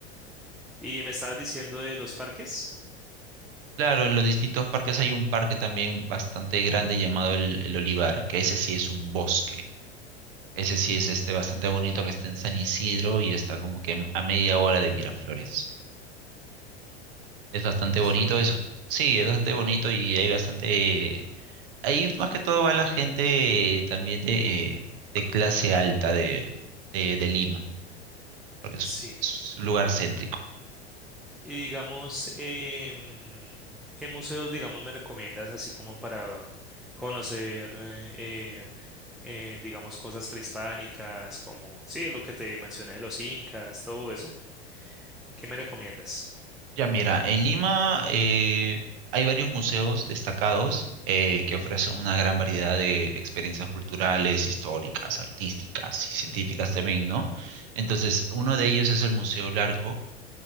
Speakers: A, in the centre; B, on the right (about 55°).
A: Y me estabas diciendo de los parques.
B: Claro, en los distintos parques hay un parque también bastante grande llamado el, el Olivar, que ese sí es un bosque. Ese sí es este bastante bonito que está en San Isidro y está como que a media hora de Miraflores.
A: Mm,
B: Es bastante
A: Suena
B: bonito
A: muy...
B: eso. Sí, es bastante bonito y hay bastante... Ahí más que todo va la gente eh, también de, de clase alta de, de, de Lima, porque es
A: Sí.
B: es un lugar céntrico.
A: Y digamos, em, ¿qué museos, digamos, me recomiendas así como para conocer, eh, eh, eh, digamos, cosas prehispánicas, como, sí, lo que te mencioné de los incas, todo eso? ¿Qué me recomiendas?
B: Ya mira, en Lima eh, hay varios museos destacados eh, que ofrecen una gran variedad de experiencias culturales, históricas, artísticas y científicas también, ¿no? Entonces, uno de ellos es el Museo Larco,